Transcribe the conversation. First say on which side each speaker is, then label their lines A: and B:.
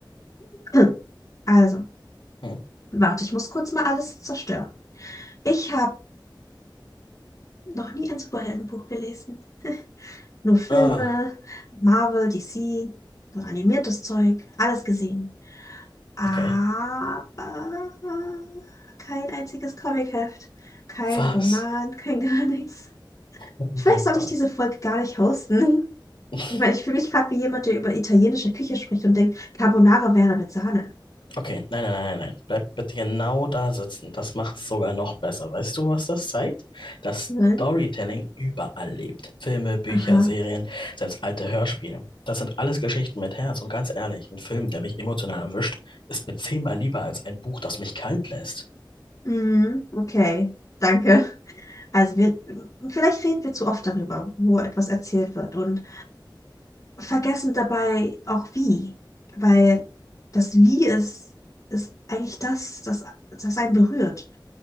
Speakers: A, on the left; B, on the left.
A: Hm, Also,
B: Hm.
A: warte, ich muss kurz mal alles zerstören. Ich habe noch nie ein Superheldenbuch gelesen. Nur Filme,
B: Ah,
A: Marvel, DC, so animiertes Zeug, alles gesehen. Aber
B: okay.
A: kein einziges Comicheft, kein
B: Was?
A: Roman, kein gar nichts.
B: Oh mein
A: Vielleicht sollte
B: Gott.
A: ich diese Folge gar nicht hosten.
B: <laughs>
A: Ich meine, ich fühle mich gerade wie jemand, der über italienische Küche spricht und denkt, Carbonara wäre mit Sahne.
B: Okay, nein, nein, nein, nein, nein. Bleib bitte genau da sitzen. Das macht's sogar noch besser. Weißt du, was das zeigt? Dass
A: Nein?
B: Storytelling überall lebt. Filme, Bücher,
A: Aha.
B: Serien, selbst alte Hörspiele. Das sind alles Geschichten mit Herz. Und ganz ehrlich, ein Film, der mich emotional erwischt, ist mir zehnmal lieber als ein Buch, das mich kalt lässt.
A: Mhm, okay. Danke. Also wir, vielleicht reden wir zu oft darüber, wo etwas erzählt wird und vergessen dabei auch wie, weil das Wie ist, ist eigentlich das, das, das einen berührt.